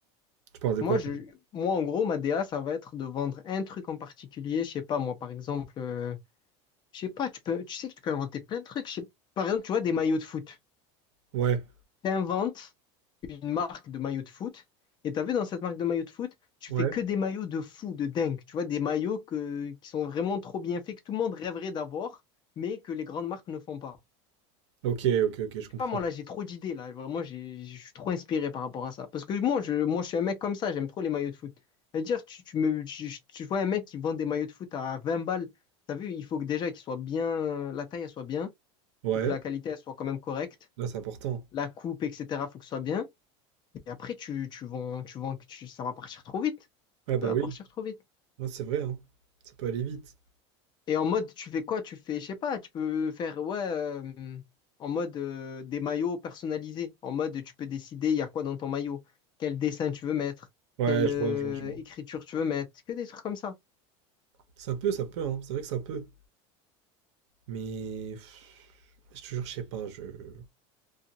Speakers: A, on the right (about 80°); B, on the left (about 30°).
A: Tu parles de quoi
B: Moi,
A: toi?
B: je, moi, en gros, ma DA, ça va être de vendre un truc en particulier. Je sais pas, moi, par exemple, euh, je sais pas, tu peux, tu sais que tu peux inventer plein de trucs. Je sais- par exemple, tu vois, des maillots de foot.
A: Ouais.
B: Tu inventes une marque de maillots de foot. Et tu as vu dans cette marque de maillots de foot, tu
A: Ouais.
B: fais que des maillots de fou, de dingue. Tu vois, des maillots que, qui sont vraiment trop bien faits, que tout le monde rêverait d'avoir, mais que les grandes marques ne font pas.
A: Ok ok ok je
B: sais
A: comprends.
B: pas, moi là, j'ai trop d'idées là. Vraiment, j'ai- je suis trop inspiré par rapport à ça. Parce que moi, je, moi, je suis un mec comme ça, j'aime trop les maillots de foot. C'est-à-dire, tu, tu me, tu, tu vois un mec qui vend des maillots de foot à 20 balles. T'as vu, il faut que déjà qu'ils soient bien, la taille, elle soit bien.
A: Ouais.
B: Faut que la qualité, elle soit quand même correcte.
A: Là c'est important.
B: La coupe, etc., faut que ce soit bien. Et après, tu, tu vends, tu vends, tu- ça va partir trop vite.
A: Ah bah
B: Ça va
A: oui.
B: partir trop vite.
A: Ouais, c'est vrai, hein. Ça peut aller vite.
B: Et en mode, tu fais quoi? Tu fais, je sais pas, tu peux faire, ouais, euh, en mode euh, des maillots personnalisés. En mode, tu peux décider, il y a quoi dans ton maillot, quel dessin tu veux mettre,
A: Ouais,
B: quelle
A: je
B: euh,
A: vois, je vois, je vois.
B: écriture tu veux mettre, que des trucs comme ça.
A: Ça peut, ça peut, hein. C'est vrai que ça peut. Mais pff, je te jure, je sais pas, je.